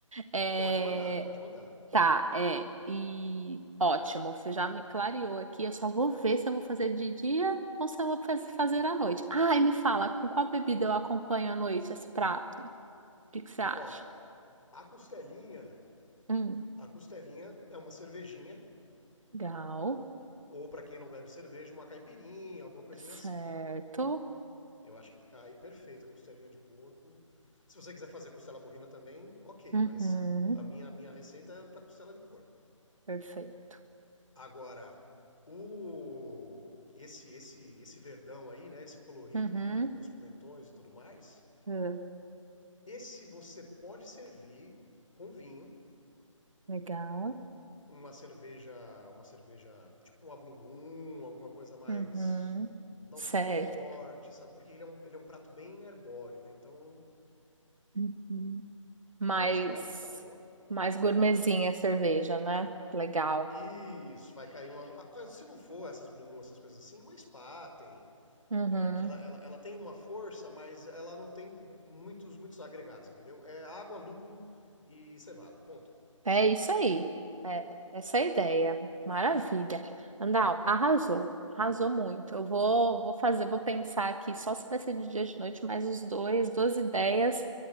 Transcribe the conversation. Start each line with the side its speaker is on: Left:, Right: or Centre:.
Right: É,
Left: Pode mandar, pode mandar.
Right: tá, é. E ótimo, você já me clareou aqui. Eu só vou ver se eu vou fazer de dia ou se eu vou faz- fazer à noite. Ah, e me fala, com qual bebida eu acompanho à noite esse prato? que que você acha?
Left: Ó, a costelinha,
Right: Hum,
Left: a costelinha é uma cervejinha
Right: legal.
Left: Ou para quem não bebe cerveja, uma caipirinha, alguma coisinha
Right: Certo.
Left: assim. Eu acho que cai perfeito a costelinha de porco. Se você quiser fazer costela bovina também, ok,
Right: Uhum,
Left: mas a minha, a minha receita é para costela de porco.
Right: perfeito.
Left: Agora, o esse esse esse verdão aí, né, esse colorido
Right: Uhum,
Left: do- do- dos pimentões e tudo mais,
Right: ah,
Left: esse você pode servir com vinho,
Right: legal.
Left: uma cerveja, uma cerveja, tipo uma Blue Moon, alguma coisa mais
Right: Uhum,
Left: não
Right: certo.
Left: tão forte, sabe? Porque ele é um, ele é um prato bem arbóreo, né? Então,
Right: Uhum. Mais,
Left: eu acho que é uma puxada boa.
Right: mais gourmetzinha a cerveja, né? Legal.
Left: Isso, vai cair uma. ah, ah, Se não for essas Blue Moon, essas coisas assim, uma Spaten.
Right: Uhum.
Left: É, que ela, ela, ela tem uma força, mas ela não tem muitos, muitos agregados, entendeu? É água, lúpulo e cevada. Ponto.
Right: É isso aí. É essa é a ideia. Maravilha. Andal, arrasou. Arrasou muito. Eu vou, vou fazer, vou pensar aqui só se vai ser de dia ou de noite, mas os dois, duas ideias